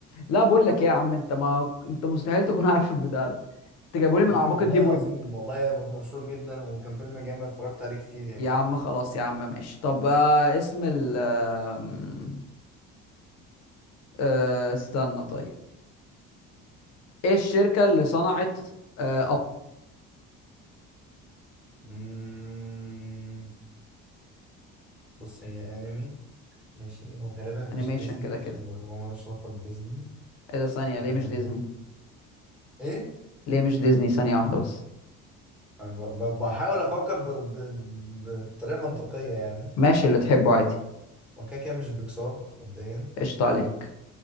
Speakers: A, on the left (about 55°); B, in the centre.
A: لا بقول لك ايه يا عم انت ما انت مستحيل تكون <laughs> عارف البتاع ده انت جايبهولي
B: يا
A: من
B: ابني
A: اعماق
B: والله
A: الديب
B: العظيم
A: ويب
B: والله هو كان مشهور جدا وكان فيلم جامد اتفرجت عليه كتير يعني
A: يا عم خلاص يا عم ماشي طب آه اسم ال آم، آه استنى طيب ايه الشركة اللي صنعت آه اب
B: مم، بص هي انمي ماشي هو غالبا مش
A: انيميشن
B: ديزني
A: كده كده
B: عشان ما ما لهاش علاقه بديزني
A: ايه ده ثانية
B: أنا-
A: ليه مش ديزني
B: ايه
A: ليه مش ديزني ثانية واحدة بس
B: انا ب- ب- بحاول افكر ب- ب- بطريقه منطقيه يعني
A: ماشي اللي تحبه عادي
B: هو كده كده مش بيكسار مبدئيا
A: قشطة عليك